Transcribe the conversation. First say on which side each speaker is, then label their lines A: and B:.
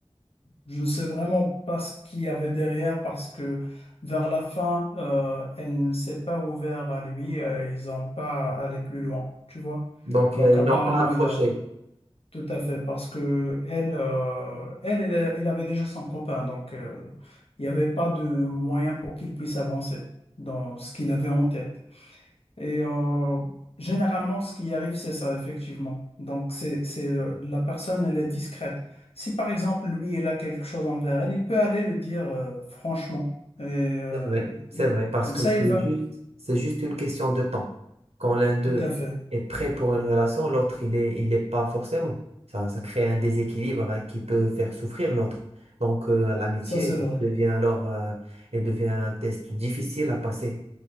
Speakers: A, on the left (about 70°); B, on the right (about 85°).
A: Je ne sais vraiment pas ce qu'il y avait derrière parce que vers la fin, euh, elle ne s'est pas ouverte à lui, euh, ils n'ont pas allé plus loin, tu vois.
B: Donc,
A: Donc
B: euh, ils
A: apparemment,
B: n'ont pas accroché.
A: il a tout à fait parce que elle, euh, elle, elle, a- elle avait déjà son copain, donc euh, il n'y avait pas de moyen pour qu'il puisse avancer dans ce qu'il avait en tête. Et euh, généralement, ce qui arrive, c'est ça, effectivement. Donc, c'est, c'est, euh, la personne, elle est discrète. Si par exemple, lui, il a quelque chose envers elle, il peut aller le dire euh, franchement. Et euh,
B: C'est vrai, c'est
A: il-
B: vrai, parce
A: comme
B: que
A: ça,
B: c'est
A: il va.
B: juste, c'est juste une question de temps. Quand l'un d'eux
A: Tout à fait.
B: est prêt pour une relation, l'autre, il est, il l'est pas forcément. Ça, ça crée un déséquilibre, hein, qui peut faire souffrir l'autre. Donc, euh, l'amitié
A: Ça, c'est vrai.
B: devient alors, euh, elle devient un test difficile à passer.